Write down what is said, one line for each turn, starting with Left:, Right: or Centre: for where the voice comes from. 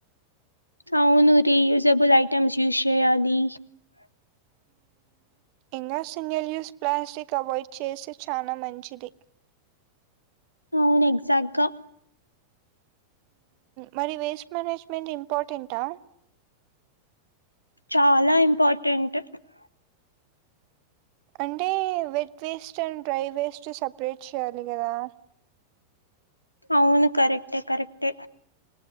Left: అవును రీయుజబుల్ ఐటెమ్స్ యూస్ చేయాలి
Right: ఇంకా సింగిల్ యూస్ ప్లాస్టిక్ అవాయిడ్ చేసి చానా మంచిది
Left: అవును ఎగ్జాక్ట్ గా
Right: మరి వేస్ట్ మేనేజ్మెంట్ ఇంపార్టెంటా
Left: చాలా ఇంపార్టెంట్
Right: అంటే wet waste and dry waste separate చేయ్యాలి కదా
Left: అవును కరెక్టే కరెక్టే